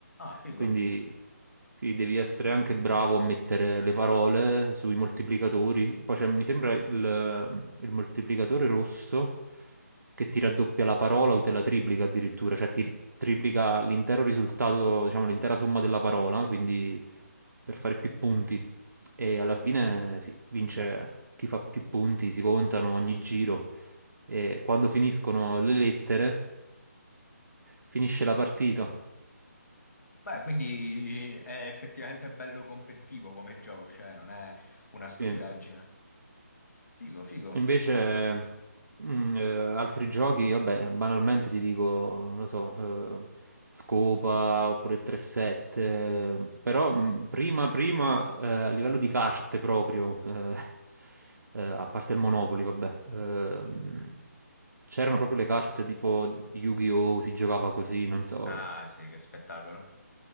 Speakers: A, on the left; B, on the right.
A: figo.
B: Quindi sì, devi essere anche bravo a mettere le parole sui moltiplicatori. Poi c'è, mi sembra il, il moltiplicatore rosso che ti raddoppia la parola o te la triplica addirittura, cioè ti triplica l'intero risultato, diciamo l'intera somma della parola, quindi per fare più punti. E alla fine sì, vince chi fa più punti, si contano ogni giro e quando finiscono le lettere finisce la partita.
A: Beh, quindi è effettivamente bello competitivo come gioco, cioè non è una stupidaggine.
B: Sì.
A: Figo, figo.
B: Invece, mm, eh, altri giochi, vabbè, banalmente ti dico, non lo so, eh, Scopa oppure il 3-7, eh, però mm, prima, prima, eh, a livello di carte proprio, eh, <laughs> eh, a parte il Monopoli, vabbè, ehm, c'erano proprio le carte tipo di Yu-Gi-Oh! si giocava così, non so.
A: Ah, sì, che spettacolo.